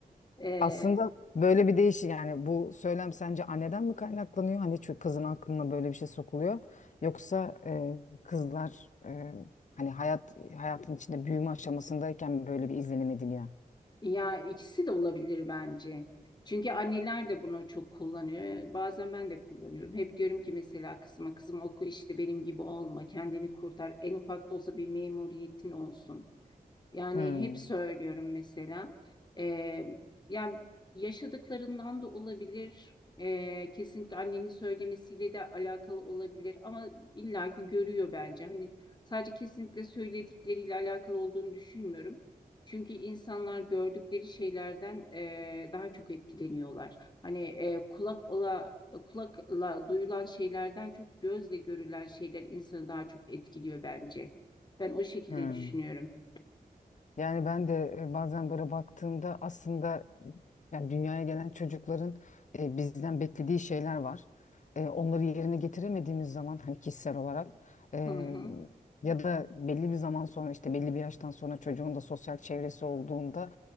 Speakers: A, on the left; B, on the left.
A: Ee,
B: Aslında böyle bir değiş yani bu söylem sence anneden mi kaynaklanıyor? Hani çünkü kızın aklına böyle bir şey sokuluyor. Yoksa e, kızlar e, hani hayat hayatın içinde büyüme aşamasındayken mi böyle bir izlenim ediliyor?
A: ya ikisi de olabilir bence. Çünkü anneler de bunu çok kullanıyor. Bazen ben de kullanıyorum. Hep diyorum ki mesela kızıma kızım oku işte benim gibi olma, kendini kurtar. En ufak da olsa bir memuriyetin olsun. Yani
B: Hmm,
A: hep söylüyorum mesela. Ee, yani yaşadıklarından da olabilir. Ee, kesinlikle annenin söylemesiyle de alakalı olabilir. Ama illaki görüyor bence. Hani sadece kesinlikle söyledikleriyle alakalı olduğunu düşünmüyorum. Çünkü insanlar gördükleri şeylerden e, daha çok etkileniyorlar. Hani e, kulak ola kulakla duyulan şeylerden çok gözle görülen şeyler insanı daha çok etkiliyor bence. Ben o şekilde
B: hmm.
A: düşünüyorum.
B: Yani ben de e, bazen böyle baktığımda aslında yani dünyaya gelen çocukların e, bizden beklediği şeyler var. E, onları yerine getiremediğimiz zaman hani kişisel olarak e,
A: Hı hı.
B: ya da belli bir zaman sonra işte belli bir yaştan sonra çocuğun da sosyal çevresi olduğunda